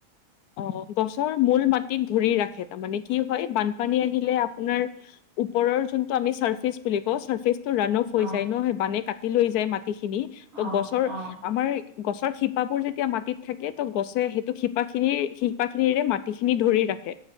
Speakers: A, on the left; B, on the right.
A: অ গছৰ মূল মাটিক ধৰি ৰাখে। তাৰমানে কি হয়, বানপানী আহিলে আপোনাৰ ওপৰৰ যোনটো আমি চাৰফেচ বুলি কওঁ চাৰফেচ ৰান অফ
B: অ',
A: হৈ যায় ন। বানে কাটি লৈ যায় মাটিখিনি।
B: অ',
A: ত গছৰ
B: অ',
A: আমাৰ গছৰ শিপাবোৰ যেতিয়া মাটিত থাকে তো গছে সেইটো শিপাক খিনিৰ শিপাখিনিৰে মাটি খিনি ধৰি ৰাখে।